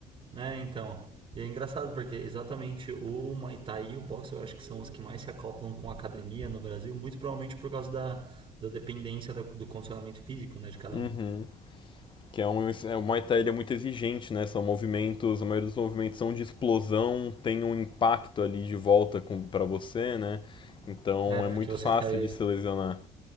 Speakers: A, on the right; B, on the left.
A: É, então. E é engraçado porque exatamente o Muay Thai e o boxe eu acho que são os que mais se acoplam com a academia no Brasil, muito provavelmente por causa da, da dependência da- do condicionamento físico, né, de cada
B: Uhum.
A: um.
B: Que é um, é, o Muay Thai ele é muito exigente, né? São movimentos, a maioria dos movimentos são de explosão, tem um impacto ali de volta com, para você, né? Então
A: É, porque
B: é muito
A: você
B: fácil
A: tá aí.
B: de se lesionar.